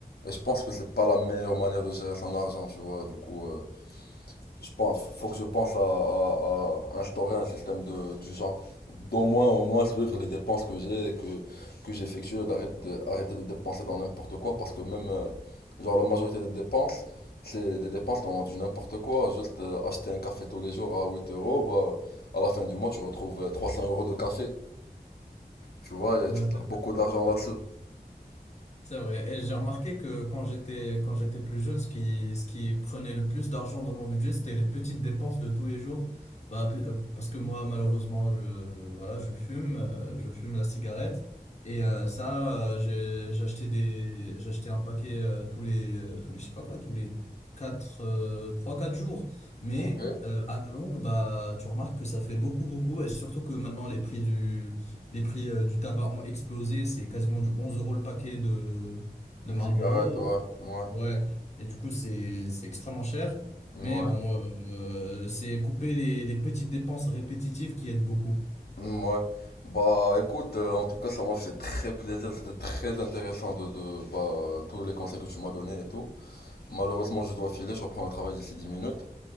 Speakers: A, on the left; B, on the left.
A: Et je pense que c'est pas la meilleure manière de gérer son argent, tu vois. Du coup, euh, je pense, faut que je pense à, à- à instaurer un système de, du genre. D'au moins, au moins suivre les dépenses que j'ai, que, que j'effectue, et d'arrêter de, arrêter de dépenser dans n'importe quoi, parce que même, euh, genre, la majorité des dépenses, c'est des dépenses dans du n'importe quoi. Juste euh, acheter un café tous les jours à 8 euros, bah, à la fin du mois, tu retrouves euh, 300 euros de café, tu vois,
B: Ouais,
A: et tu perds beaucoup d'argent là-dessus.
B: C'est vrai. Et j'ai remarqué que quand j'étais quand j'étais plus jeune, ce qui ce qui prenait le plus d'argent dans mon budget, c'était les petites dépenses de tous les jours. Bah p- euh, parce que moi malheureusement je voilà je fume euh, je fume la cigarette et euh, ça euh, j'ai j'achetais des j'achetais un paquet euh, tous les euh, tous les je sais pas quoi tous les quatre euh, trois quatre jours. Mais
A: Ok.
B: euh, à la longue bah tu remarques que ça fait beaucoup beaucoup et surtout que maintenant les prix du les prix euh, du tabac ont explosé. C'est quasiment du 11 euros le paquet de, de
A: Des
B: Marlboro.
A: cigarettes, ouais, ouais,
B: Ouais. Et du coup, c'est, c'est extrêmement cher.
A: ouais.
B: Mais bon, euh, euh, c'est couper les, les petites dépenses répétitives qui aident beaucoup.
A: Ouais. Bah écoute, euh, en tout cas ça m'a fait très plaisir, c'était très intéressant de, de bah, tous les conseils que tu m'as donnés et tout. Malheureusement je dois filer, je reprends le travail d'ici 10 minutes.